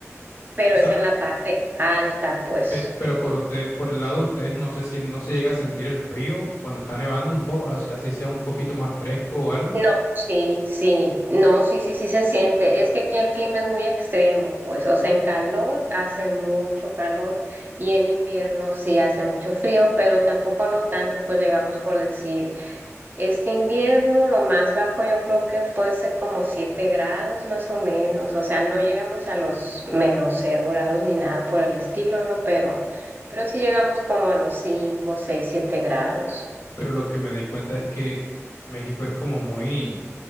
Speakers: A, on the right; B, on the left.
A: pero
B: O sea,
A: es en la parte alta, pues.
B: pe- pero por usted, por el lado de ustedes, no se sien- no se llega a sentir el frío cuando está nevando un poco, así así sea un poquito más fresco o algo.
A: No, sí, sí, no, sí, sí, sí se siente. Es que aquí el clima es muy extremo, pues, o sea, en calor hace mucho calor y en invierno sí hace mucho frío, pero tampoco no tanto, pues llegamos por decir, este invierno lo más bajo yo creo que fuese como 7 grados más o menos, o sea, no llegamos a los menos cero grados ni nada por el estilo, ¿no? Pero, pero sí llegamos como a los 5 6 7 grados.
B: Pero lo que me di cuenta es que México es como muy,